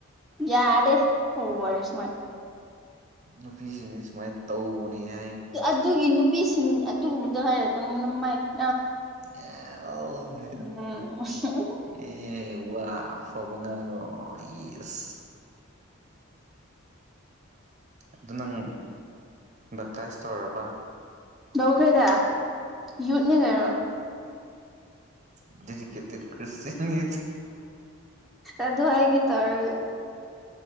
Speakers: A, in the centre; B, on the right.
A: ꯌꯥꯔꯦ ꯑꯣꯕꯔꯁꯃ꯭ꯔꯥꯠ
B: ꯅꯨꯄꯤꯁꯤꯡꯁꯦ ꯁꯨꯃꯥꯏ ꯇꯧꯕꯅꯤꯍꯦ
A: ꯑꯗꯨꯒꯤ ꯅꯨꯄꯤꯁꯤꯡ ꯑꯗꯨꯒꯨꯝꯕꯗꯣ ꯍꯥꯏꯌꯣ ꯅꯃꯥꯏ <inaudible>
B: ꯌꯥꯑꯣ ꯍꯥꯏꯕ
A: ꯎꯝ
B: ꯑꯦ ꯋꯥ ꯐꯕ ꯉꯥꯡꯉꯣ ꯌꯦꯁ ꯑꯗꯨ ꯅꯪ ꯚꯦꯞꯇꯥꯏꯁ ꯇꯧꯔꯕ
A: ꯂꯧꯈ꯭ꯔꯦꯗ ꯌꯨꯠꯅꯤꯅꯔꯣ
B: <inaudible> ꯑꯗꯨꯗꯤ <inaudible>
A: ꯑꯗꯨ ꯍꯥꯏꯒꯦ ꯇꯧꯔꯒ